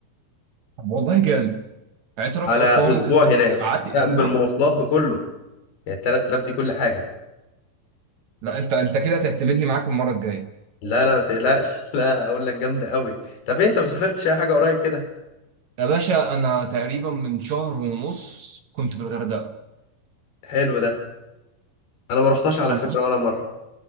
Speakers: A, on the right; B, on the left.
A: طب والله جامد يعني انت رحت
B: على
A: اسوان
B: اسبوع
A: وكنت
B: هناك
A: قعدت اسبوع
B: كان بالمواصلات بكله يعني 3000 دي كل حاجه
A: لا انت انت كده تعتمدني معاك المره الجايه
B: لا لا ما تقلقش <laughs> لا اقول لك جامده قوي طب إيه انت ما سافرتش اي حاجه قريب كده
A: يا باشا انا تقريبا من شهر ونص كنت في الغردقه
B: حلو ده انا ما رحتش على
A: انا
B: فكره ولا مره